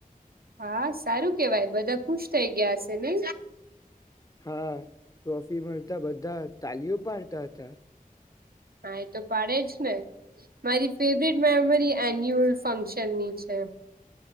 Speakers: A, on the right (about 85°); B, on the left (about 25°).
A: હા સારું કેવાય બધા ખુશ થઇ ગયા છે ને.
B: હા ટ્રોફી મળતા બધા તાલીઓ પાડતા હતા.
A: આ તો પાડે જ ને. મારી ફેવરેટ મેમરી એન્યુઅલ ફંક્શનની છે.